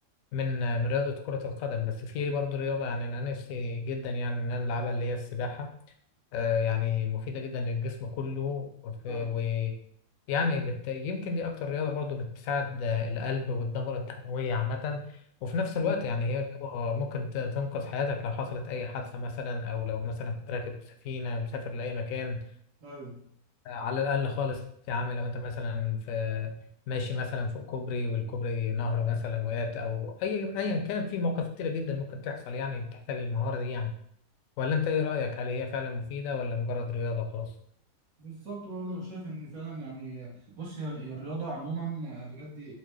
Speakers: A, on the left (about 70°); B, on the right (about 65°).
A: من آه، من رياضة كرة القدم بس في برضو رياضة يعني أنا نفسي جدا يعني إن أنا ألعبها اللي هي السباحة آه يعني مفيدة جدا للجسم كله وف-
B: اه
A: ويعني بت يمكن دي أكتر رياضة برضو بتساعد آه، القلب والدورة الدموية عامة وفي نفس الوقت
B: طب.
A: يعني هي رياضة ممكن ت- تنقذ حياتك لو حصلت أي حادثة مثلا أو لو مثلا كنت راكب سفينة مسافر لأي مكان
B: ايوه
A: على الأقل خالص يا عم لو أنت مثلا في ماشي مثلا فوق كوبري والكوبري نهر مثلا وقعت أو أي أيا كان في مواقف كتيرة جدا ممكن تحصل يعني بتحتاج المهارة دي يعني ولا أنت إيه رأيك هل هي فعلا مفيدة ولا مجرد رياضة وخلاص؟
B: بالظبط برضه انا شايف ان فعلا يعني بص هي هي الرياضه عموما بجد